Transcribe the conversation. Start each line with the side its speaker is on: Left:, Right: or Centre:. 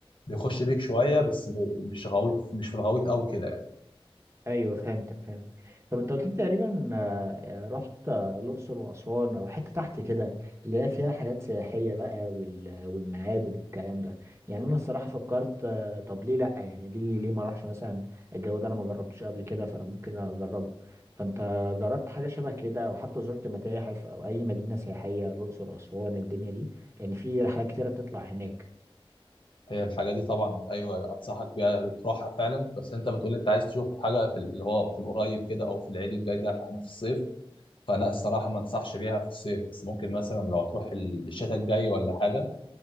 Left: بيخش بيك شويه بس ب- مش غويط مش في الغويط قوي كده يعني
Right: ايوه فهمتك فهمت طب انت قلت لي تقريبا آه، يعني رحت آه، الاقصر واسوان او حته تحت كده اللي هي فيها حاجات سياحيه بقى وال- والمعابد والكلام ده يعني انا الصراحه فكرت آه، طب ليه لا يعني ليه ليه ما اروحش مثلا الجو ده انا ما جربتوش قبل كده فانا ممكن اجربه فانت جربت حاجه شبه كده او حتى زرت متاحف او اي مدينه سياحيه الاقصر اسوان الدنيا دي لان في رحلات كتيره بتطلع هناك
Left: هي الحاجه دي طبعا ايوه انصحك بيها تروحها فعلا بس انت بتقول انت عايز تشوف حاجه في اللي هو في القريب كده او في العيد الجاي ده فاحنا في الصيف فلا الصراحة ما انصحش بيها في الصيف بس ممكن مثلا لو تروح الشتاء الجاي ولا حاجة